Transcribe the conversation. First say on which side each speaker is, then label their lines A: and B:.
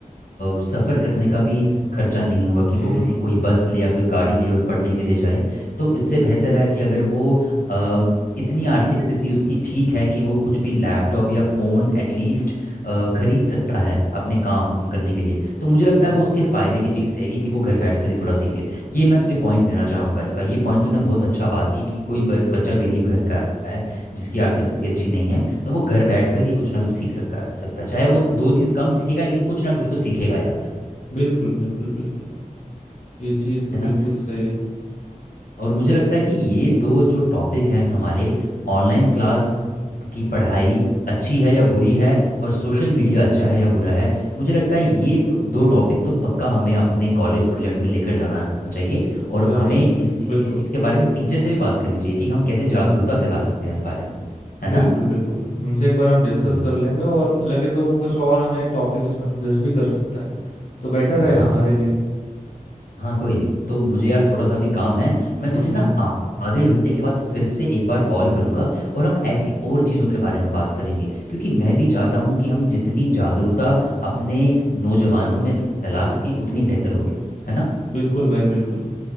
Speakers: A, on the left; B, on the left.
A: सफ़र करने का भी खर्चा नहीं होगा
B: हम्म
A: कि वो किसी कोई बस ले या कोई गाड़ी ले और पढ़ने के लिए जाए तो इससे बेहतर है कि अगर वो अ, इतनी आर्थिक स्थिति उसकी ठीक है कि वो कुछ भी लैपटॉप या फ़ोन एटलीस्ट खरीद सकता है अपने काम करने के लिए तो मुझे लगता
B: हम्म,
A: है वो उसके फ़ायदे की चीज़ रहेगी कि वो घर बैठ कर ही थोड़ा सीख ले ये मैं तुझे पॉइंट देना चाहूँगा इसका ये पॉइंट तूने बहुत अच्छा बात की कि कोई ब- बच्चा गरीब घर का है जिसकी आर्थिक स्थिति अच्छी नहीं है तो वो घर बैठकर ही कुछ ना कुछ सीख सका सकता है चाहे वो दो चीज़ कम सीखेगा लेकिन कुछ ना कुछ तो सीखेगा यार
B: बिल्कुल बिल्कुल बिल्कुल ये चीज़ तो
A: है ना
B: बिल्कुल सही है
A: और मुझे लगता है कि ये दो जो टॉपिक हैं हमारे ऑनलाइन क्लास की पढ़ाई अच्छी है या बुरी है और सोशल मीडिया अच्छा है या बुरा है मुझे लगता है ये टो- दो टॉपिक तो पक्का हमें अपने कॉलेज प्रोजेक्ट में लेकर जाना चाहिए
B: ज-
A: और
B: जाना
A: हमें
B: ही चाहिए
A: इस
B: बिल्कुल
A: इस चीज़ के बारे में टीचर से भी बात करनी चाहिए कि हम कैसे
B: हम्म
A: जागरूकता फैला सकते हैं इस बारे में है
B: बिल्कुल
A: ना
B: बिल्कुल उनसे एक बार हम डिस्कस
A: हम्म
B: कर लेंगे और लगे तो वो कुछ और हमें टॉपिक उसमें सजेस्ट भी कर सकते हैं तो बेटर रहेगा
A: हाँ
B: हमारे लिए
A: हाँ कोई नहीं तो मुझे यार थोड़ा सा भी काम है मैं तुझे
B: हम्म हम्म
A: ना
B: हम्म।
A: आ- आधे घंटे के बाद फिर से एक बार कॉल करूंगा और हम ऐसी और चीज़ों के बारे में बात करेंगे क्योंकि मैं भी चाहता हूँ कि हम जितनी जागरूकता अपने नौजवानों में फैला सकें उतनी बेहतर होगी है ना
B: बिल्कुल भाई बिल्कुल